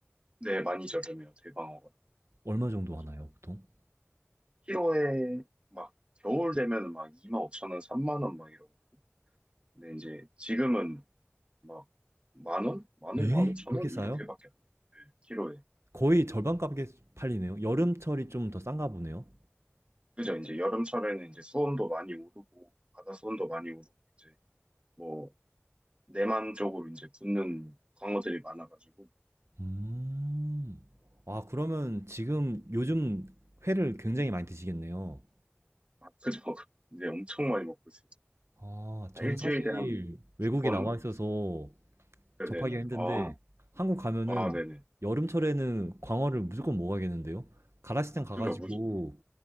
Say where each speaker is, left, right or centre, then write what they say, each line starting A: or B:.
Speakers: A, on the right (about 25°); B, on the right (about 80°).
A: 네, 많이 저렴해요, 대방어가.
B: 얼마 정도
A: 그래가지고,
B: 하나요, 보통?
A: 키로에 막, 겨울 되면은 막 이만 오천 원, 3만 원 막 이러거든요. 근데 이제 지금은 막, 만 원? 만 원,
B: 에?
A: 만 오천
B: 그렇게
A: 원?
B: 싸요?
A: 이렇게밖에 안 돼요. 네, 키로에.
B: 거의 절반 값에 팔리네요. 여름철이 좀 더 싼가 보네요.
A: 그죠? 이제 여름철에는 이제 수온도 많이 오르고, 바다 수온도 많이 오르고, 이제 뭐, 내만 쪽으로 이제 붙는 광어들이 많아가지고,
B: 음. 아, 그러면 지금 요즘 회를 굉장히 많이 드시겠네요.
A: 아, 그죠? <laughs> 이제 엄청 많이 먹고 있어요.
B: 아,
A: 아,
B: 저는
A: 일주일에
B: 사실
A: 한
B: 외국에
A: 두 번은
B: 나와
A: 먹고
B: 있어서
A: 있어요. 그,
B: 접하기가
A: 네네.
B: 힘든데
A: 아,
B: 한국 가면은
A: 아, 네네.
B: 여름철에는 광어를 무조건 먹어야겠는데요? 가라시장 가가지고
A: 그죠? 무조-